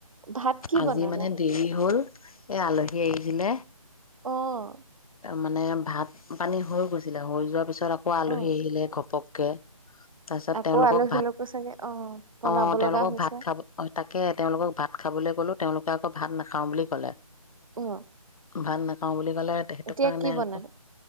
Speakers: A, on the right; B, on the left.
A: ভাত কি
B: আজি
A: বনালা?
B: মানে দেৰি হ'ল। এ আলহী আহিছিলে
A: অ'।
B: মানে ভাত-পানী হৈ গৈছিলে হৈ যোৱাৰ পিছত পিছত আকৌ আলহী
A: অ',
B: আহিলে ঘপক কে তাৰপিছত
A: আকৌ
B: তেওঁলোকক
A: আলহী
B: ভাত,
A: লোকো চাগে অ', বনাব
B: অ' তেওঁলোকক
A: লগা হৈছে।
B: ভাত খাব, অ' তাকে তেওঁলোকক ভাত খাবলৈ গ'লোঁ, তেওঁলোকে আকৌ ভাত নাখাওঁ বুলি ক'লে।
A: অ'।
B: ভাত নাখাওঁ বুলি কলে তেখে
A: এতিয়া
B: টোকানে
A: কি বনালা?
B: আক'